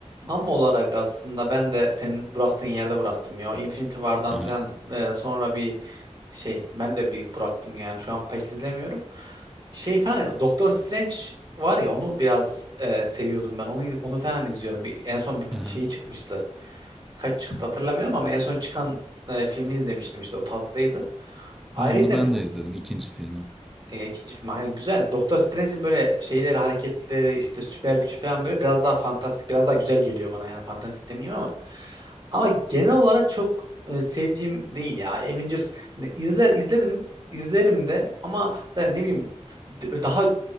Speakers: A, on the right; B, in the centre.
A: tam olarak aslında ben de senin bıraktığın yerde bıraktım ya. Infinity War'dan
B: Aha,
A: falan e, sonra bir şey ben de bir bıraktım yani. Şu an pek izlemiyorum. şey falan Doktor Strange var ya onu biraz e, seviyordum ben. Onu onu falan izliyorum. Bir, en son bir
B: aha.
A: şeyi çıkmıştı. Kaç çıktı hatırlamıyorum ama en son çıkan e, filmini izlemiştim işte o tatlıydı. Ayrıca
B: Ha, onu ben de izledim. ikinci filmi.
A: ya ikinci film aynen güzel. Doktor Strange'in böyle şeyleri, hareketleri, işte süper gücü falan böyle biraz daha fantastik, biraz daha güzel geliyor bana ya. Fantastik demeyeyim ama. Ama genel olarak çok e, sevdiğim değil ya. Avengers hani izler izledim, izlerim de ama yani ne bileyim d- daha